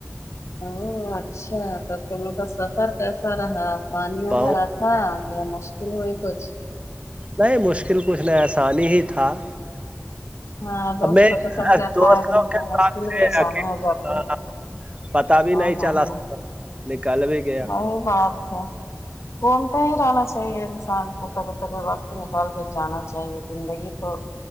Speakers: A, on the left; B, on the right.
A: او اچھا تو تم لوگ کا سفر کیسا رہا پانی
B: بہت
A: بارا تھا مشکل ہوئی کچھ
B: نہیں مشکل کچھ نہیں آسانی ہی تھا
A: ہاں
B: اب
A: دوست
B: میں
A: لوگ کے ساتھ جاتا
B: دوست
A: ہے آدمی
B: لوگ کے
A: تو
B: ساتھ
A: مشکل
B: تھا
A: بھی آسانی
B: اکیلا
A: ہو جاتی ہے
B: پتا بھی
A: ہاں
B: نہیں
A: ہاں
B: چلا
A: ہاں
B: نکل بھی گیا
A: وہی بات ہے گھومتے ہی رہنا چاہیے انسان کو کبھی کبھی وقت نکال کے جانا چاہیے زندگی تو